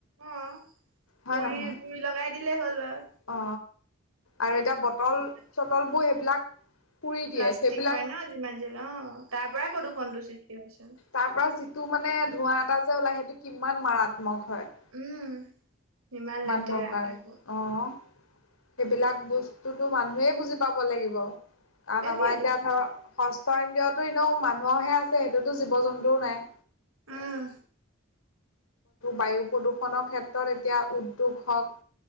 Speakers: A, on the right (about 85°); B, on the left (about 80°).
A: অ,
B: হয়
A: পুৰি
B: নহয়?
A: জুই লগাই দিলেই হ'ল হয়।
B: অ, আৰু এতিয়া বটল
A: হোৱাতকে
B: চটলবোৰ সেইবিলাক পুৰি দিয়ে
A: প্লাষ্টিক
B: সেইবিলাক
A: হয় ন' যিমান যি হ'লেও অ, তাৰ পৰাই প্ৰদূৰণটোৰ সৃষ্টি হৈছে।
B: তাৰপৰা যিটো মানে ধোঁৱা এটা যে ওলায় সেইটো কিমান মাৰাত্মক হয়।
A: উম, ইমান
B: মানুহৰ
A: লেতেৰা
B: কাৰণে
A: তাকো।
B: অ', সেইবিলাক বস্তুটো মানুহে বুজি পাব লাগিব। কাৰণ
A: সেইটোৱেটো
B: আমাৰ এতিয়া ধৰক ষষ্ঠ ইন্দিয়তো এনেও মানুহে আছে, সেইটোতো জীৱ জন্তুও নাই।
A: উম,
B: বায়ু প্ৰদূষণৰ ক্ষেত্ৰত এতিয়া উদ্যোগ হওক,